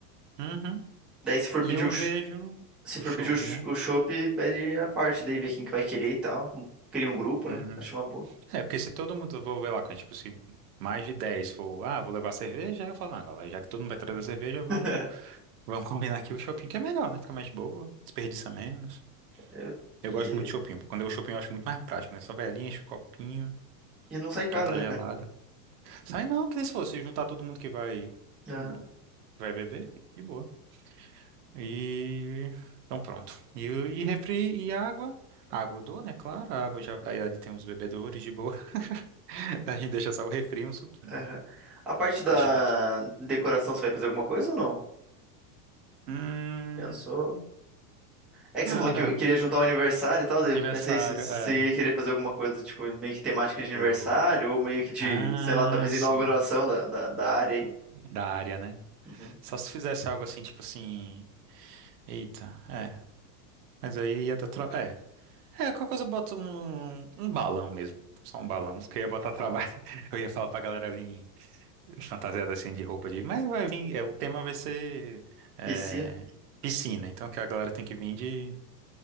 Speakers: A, on the right; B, in the centre.
A: Uhum.
B: Daí, se for
A: E
B: pedir
A: eu
B: o
A: vejo
B: Se
A: o
B: for
A: chopp,
B: pedir o ch-
A: né?
B: o chopp, pede a parte, daí vê quem que vai querer e tal. Cria um grupo, né?
A: Uhum.
B: Acho uma boa.
A: É, porque se todo mundo, vou ver lá, quando, tipo, se mais de 10 for, ah, vou levar cerveja, aí eu falo, não, galera, já que todo mundo vai trazer cerveja, vamos,
B: <laughs>
A: vamos combinar aqui o shopping, que é melhor, né? Fica mais de boa, desperdiça menos.
B: É,
A: Eu gosto
B: E,
A: muito de shopping, porque quando eu shopping eu acho muito mais prático, né? Só vai ali, enche o copinho,
B: e não sai caro,
A: já tá
B: né,
A: gelada.
B: cara?
A: Sai não, que nem se fosse, se juntar todo mundo que vai,
B: Aham,
A: <clears throat> hum, vai beber, de boa. E, então pronto. E, e refri e água. Água eu dou, né? Claro, a água já, aí ali tem os bebedores de boa. <laughs> A gente deixa só o refri e um suquinho.
B: aham. A parte da
A: Fechado.
B: decoração, você vai fazer alguma coisa ou não?
A: Hum,
B: Pensou? É
A: cara,
B: que você falou que queria juntar o aniversário e tal, daí
A: aniversário,
B: eu pensei se se
A: é,
B: você ia querer fazer alguma coisa, tipo, meio que temática de
A: boa,
B: aniversário,
A: boa.
B: ou meio que de,
A: Ah,
B: sei lá, talvez
A: sim,
B: inauguração da, da, da área aí.
A: da área, né?
B: Uhum.
A: Só se fizesse algo assim, tipo assim, eita, é, mas aí ia dar tra... é. É, qualquer coisa eu boto um, um balão mesmo, só um balão, porque eu ia botar trabalho, <laughs> eu ia falar pra galera vir fantasiada assim de roupa de, mas vai vir, é, o tema vai ser é,
B: Piscina.
A: piscina, então que a galera tem que vir de